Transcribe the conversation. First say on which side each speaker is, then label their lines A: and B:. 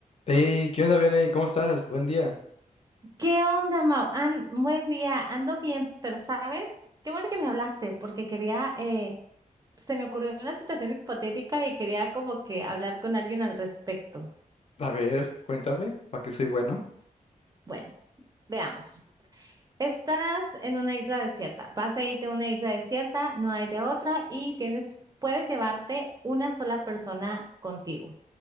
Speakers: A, on the left; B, on the right.
A: Hey, ¿qué onda, Vianey? ¿Cómo estás? Buen día.
B: ¿Qué onda, Mau? An- buen día, ando bien, pero ¿sabes? Qué bueno que me hablaste, porque quería, eh, se me ocurrió una situación hipotética y quería como que hablar con alguien al respecto.
A: A ver, cuéntame, ¿para qué soy bueno?
B: Bueno, veamos. Estás en una isla desierta, vas a irte a una isla desierta, no hay de otra y tienes, puedes llevarte una sola persona contigo.